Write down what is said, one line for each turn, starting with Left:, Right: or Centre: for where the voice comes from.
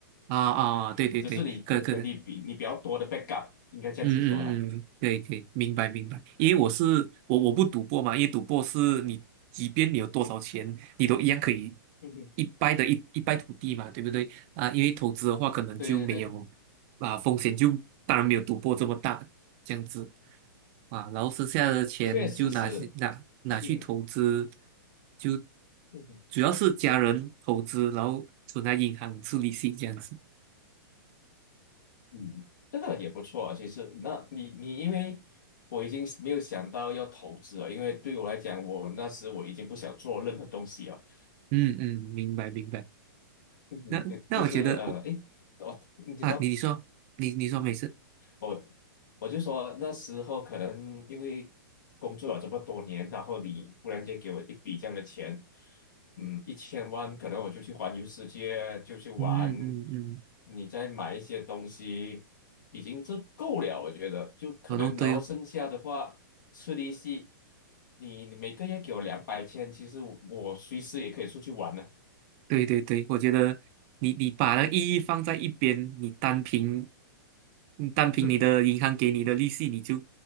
Right: 啊啊，
Left: <laughs>
Right: 啊对对对，
Left: 只是你个呃你比你比较多的
Right: 可可能。
Left: backup，应该这样子说啦。
Right: 嗯嗯嗯，可以可以，明白明白。因为我是我我不赌博嘛，因为赌博是你即便你有多少钱，你都一样可以
Left: 嗯哼，
Right: 一败的一一败涂地嘛，对不对？啊，因为投资的话，可能就没有
Left: 对对对。
Right: 啊风险就当然没有赌博这么大这样子啊，然后剩下的钱就拿去拿拿去投资，
Left: 确实是 <laughs>，嗯
Right: 就
Left: 嗯
Right: 主要是家人投资，然后存在银行吃利息这样子。
Left: 嗯，这个也不错啊。其实，那你你因为我已经没有想到要投资了，因为对我来讲，我那时我已经不想做任何东西了。
Right: 嗯嗯，明白明白。
Left: 嗯，
Right: 那那我觉得我。
Left: 就就是呃，诶，哦，你说。
Right: 啊，你你说，你你说没事，
Left: 我我就说那时候可能因为工作了这么多年，然后你忽然间给我一笔这样的钱，嗯，一千万，可能我就去环游世界，就去玩，
Right: 嗯嗯嗯，
Left: 你再买一些东西，已经这够了，我觉得就可能，
Right: 哦，都对哦，
Left: 然后剩下的话吃利息，你你每个月给我两百千，其实我我随时也可以出去玩呢、
Right: 对对对，我觉得你你把那个意义放在一边，你单凭你单凭你的银行给你的利息，
Left: 嗯，
Right: 你就